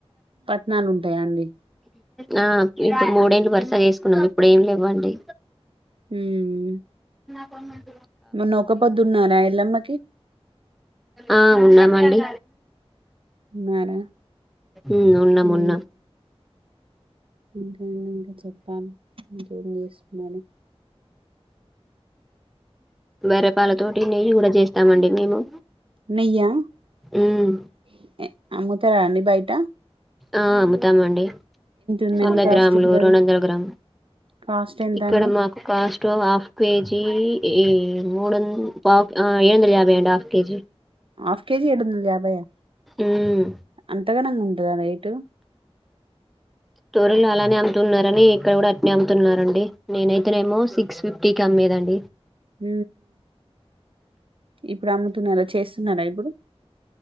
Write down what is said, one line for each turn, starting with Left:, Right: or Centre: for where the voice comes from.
Right: పట్నాలు ఉంటాయా అండి
Centre: ఆ ఇ మూడేలు వరుస చేేసుకున్నాం ఇప్పుడు ఏం లేవండి
Right: హ్మ్
Centre: ఉవు
Right: మరి నొక్క పొద్దున్నారా ఎల్లమ్మకి
Centre: ఆ ఉన్నామండి
Right: మార
Centre: ఉమ్ ఉన్నాం
Right: అీ
Centre: ఉన్నాం
Right: ఇంకా చెప్పాలి ఇంకేం చేస్తున్నారు
Centre: వరపాలతోోటి నెయ్యి కూడా చేస్తామండి మేము
Right: నయాము
Centre: ఉమ్
Right: త రాాలీ బయిటా
Centre: ఆ మ ాండి
Right: ఉందండి
Centre: వంద
Right: కాస్ట్
Centre: గ్రాములు
Right: ఇప్పుడు అది
Centre: రెండు వందల గ్రాము
Right: కాస్ట్ ఎంత
Centre: ఇక్కడ
Right: అండి
Centre: మాకు కాస్ట్ ఇో హఫ్ కేజీ ఈ మూడు వ పా ఏడు వందల యాభై అండి హాఫ్ కేజీ
Right: హాఫ్ కేజి ఇడుభయా
Centre: ఉమ్
Right: ఎంతగనంగా ఉంటదా రేటు
Centre: స్టోరలు అలానే అమ్ముతున్నారని ఇక్కడ కూడా అట్నే అమ్ముతున్నడి నేనైతేనేమో సిక్స్ ఫిఫ్టీ కి అమ్మేదండి
Right: హ ఇప్పుడు అమ్ముతున్నలా చేస్తున్నారా ఇప్పుడు